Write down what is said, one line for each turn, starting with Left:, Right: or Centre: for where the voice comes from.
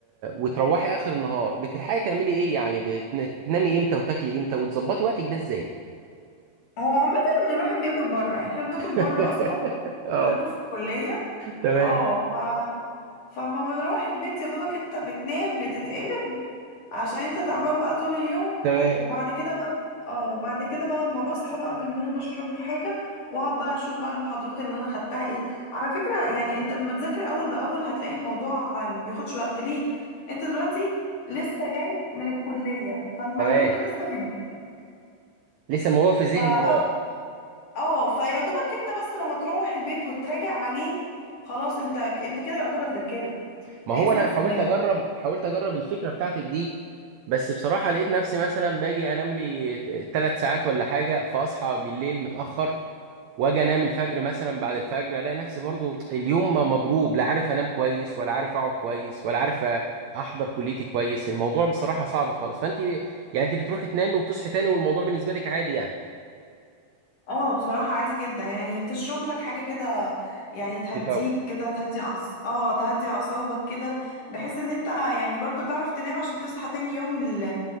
Right: وتروحي اخر النهار بتلحقي تعملي ايه يعني بتنامي امتى وتاكلي امتى وتظبطي وقتك ده ازاي
Left: هو عامة إن الواحد بياكل بره يعني إحنا بناكل
Right: <laughs>
Left: بره أصلا
Right: اه
Left: بناكل في الكلية
Right: تمام
Left: اه فما بنروح البيت يا دوبك انت بتنام بتتقلب عشان انت تعبان بقى طول اليوم
Right: تمام
Left: وبعد كده بقى اه وبعد كده بقى اما بصحى بقى من النوم اشرب لي حاجه واقعد بقى اشوف بقى المحاضرات اللي انا خدتها ايه على فكره يعني انت لما تذاكر اول باول هتلاقي الموضوع آه، ما بياخدش وقت ليه انت دلوقتي لسه جاي من الكليه فالمعلومه
Right: تمام
Left: لسه في دماغك
Right: لسه الموضوع في ذهني
Left: فا
Right: اه
Left: اه فيا دوبك انت بس لما تروح البيت وتراجع عليه خلاص انت انت كده يعتبر ذاكرت
Right: ما
Left: هيثبت
Right: هو انا حاولت
Left: في دماغك
Right: اجرب حاولت اجرب الفكره بتاعتك دي بس بصراحه لقيت نفسي مثلا باجي انام لي ثلاث ساعات ولا حاجه فاصحى بالليل متاخر واجي انام الفجر مثلا بعد الفجر الاقي نفسي برضو اليوم ما مضروب لا عارف انام كويس ولا عارف اقعد كويس ولا عارف احضر كليتي كويس الموضوع بصراحة صعب خالص فانت ب- يعني انت بتروحي تنامي وتصحي تاني والموضوع بالنسبة لك عادي يعني
Left: اه بصراحة عادي جدا يعني تشرب لك حاجة كده يعني تهديك
Right: تفوق
Left: كده تهدي عص... اه تهدي اعصابك كده بحيث ان انت يعني برضو تعرف تنام عشان تصحى تاني يوم ال...